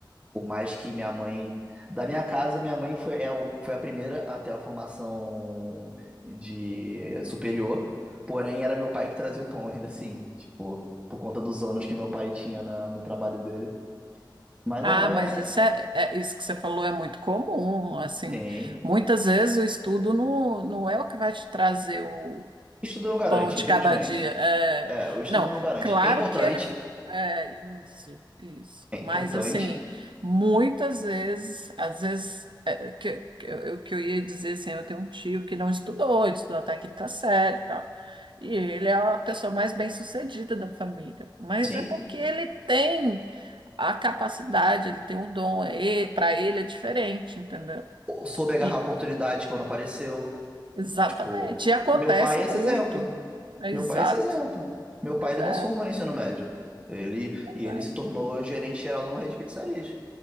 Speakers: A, on the right (about 15°); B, on the right (about 75°).
A: Por mais que minha mãe, da minha casa, minha mãe foi, é o- foi a primeira a ter uma formação de superior, porém era meu pai que trazia o pão <laughs> ainda assim, tipo, por conta dos anos que meu pai tinha na- no trabalho dele. Mas
B: ah,
A: a mãe,
B: mas
A: é-
B: isso é, é- isso que você falou é muito comum, assim.
A: sim.
B: Muitas vezes o estudo não, não é o que vai te trazer o,
A: Estudo não garante,
B: Pão de
A: infelizmente.
B: cada dia. é.
A: É, o estudo
B: Não,
A: não garante.
B: claro
A: É importante,
B: que ele. É, isso, isso.
A: é
B: Mas,
A: importante,
B: assim, muitas vezes, às vezes, é, que, que, eu, que eu ia dizer assim, eu tenho um tio que não estudou, ele estudou até a quinta série e tal. E ele é a pessoa mais bem-sucedida da família. Mas
A: sim.
B: é porque ele tem a capacidade, ele tem o dom, é, para ele é diferente, entendeu?
A: Eu Soube agarrar
B: E,
A: a oportunidade quando apareceu.
B: exatamente.
A: Tipo,
B: E acontece
A: meu pai é
B: muito.
A: esse exemplo.
B: É
A: Meu
B: exato.
A: pai é esse exemplo. Meu
B: Pois
A: pai, ele
B: é.
A: não se formou no ensino médio. Ele,
B: Exato.
A: e ele se tornou gerente geral de uma rede de pizzarias.